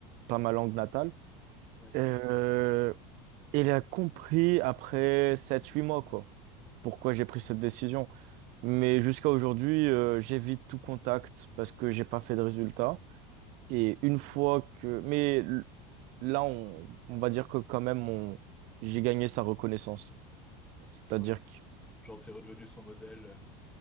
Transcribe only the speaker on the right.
pas ma langue natale.
Euh, et elle a compris après sept huit mois, quoi, pourquoi j'ai pris cette décision. Mais jusqu'à aujourd'hui, euh, j'évite tout contact parce que j'ai pas fait de résultat. Et une fois que... Mais l- là, on, on va dire que quand même, on... j'ai gagné sa reconnaissance. C'est-à-dire
qu'il